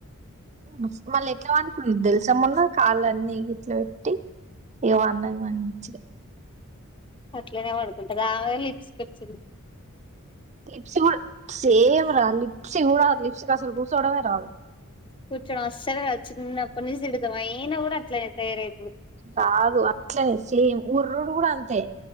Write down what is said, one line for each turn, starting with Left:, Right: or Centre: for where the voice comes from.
Right: మస్ మళ్ళ ఎట్లా పండుకున్న తెలుసామొన్న కాళ్ళన్నిీ గిట్లా పెట్టి ఇగ పన్నది మంచిగా
Left: అట్లనే పడుకుంటది ఆమెనే లిప్స్కచ్చిళ్ళు
Right: లిప్సీ కూడా సేమ్ రా లిప్సీ కూడా లిప్సికి అసలు కూసోడమే రాదు
Left: కూర్చోడం అస్సలే రాదు చిన్నప్పునుంచి తిడుతా అయినా కూడా అట్లేనే తయారఇర్రు
Right: కాదు అట్లనే సేమ్ ఒర్రుడు కూడా అంతే